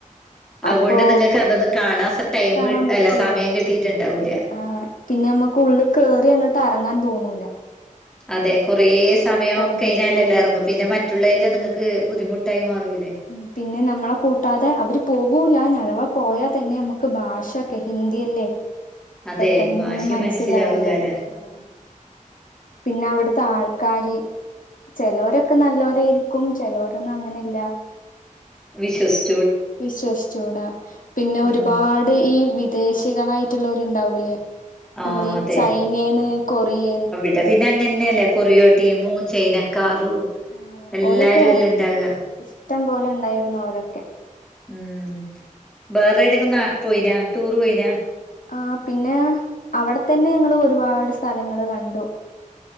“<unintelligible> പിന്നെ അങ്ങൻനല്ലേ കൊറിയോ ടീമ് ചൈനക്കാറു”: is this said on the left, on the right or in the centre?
Centre